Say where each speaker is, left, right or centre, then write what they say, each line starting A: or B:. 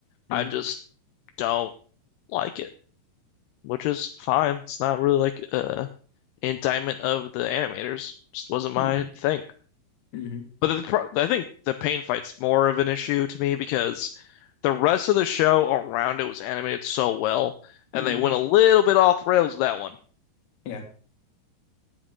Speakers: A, on the left (about 55°); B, on the left (about 80°).
A: hmm
B: I just don't like it. which is fine. It's not really like uh, an indictment of the animators. Just wasn't my
A: hmm
B: thing.
A: hmm
B: But the, pro I think the pain fight's more of an issue to me because the rest of the show around it was animated so well, and
A: hmm
B: they went a little bit off the rails with that one.
A: yeah.